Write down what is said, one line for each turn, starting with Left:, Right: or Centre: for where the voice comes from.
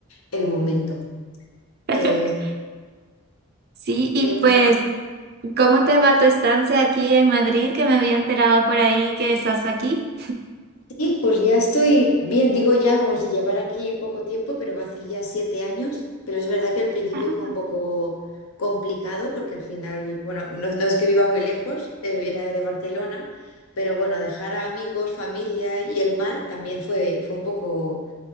Left: el momento.
Right: <laughs>
Left: Eh,
Right: Sí,
Left: ¿qué,
Right: y pues, ¿cómo te va tu estancia aquí en Madrid? Que me había enterado por ahí que estás aquí.
Left: Y pues ya estoy bien, digo ya como si llevara aquí poco tiempo, pero va a hacer ya siete años. Pero es verdad que al principio
Right: <laughs>
Left: fue un poco complicado porque al final, bueno, no, no es que viva muy lejos, eh, era de Barcelona, pero bueno, dejar a amigos, familia y el mar también fue, fue un poco